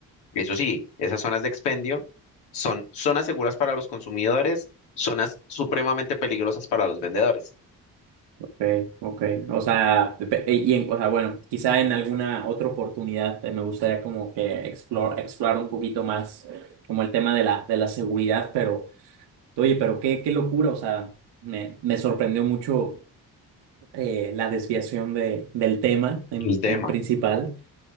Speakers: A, on the left; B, on the right.
A: Eso sí, esas zonas de expendio son zonas seguras para los consumidores, zonas supremamente peligrosas para los vendedores.
B: Okay, okay. O sea, dep- eh, y en, o sea, bueno, quizá en alguna otra oportunidad eh, me gustaría como que explore, explorar un poquito más como el tema de la, de la seguridad, pero oye, pero qué, qué locura, o sea, me, me sorprendió mucho eh, la desviación de, del tema en,
A: El tema.
B: en principal,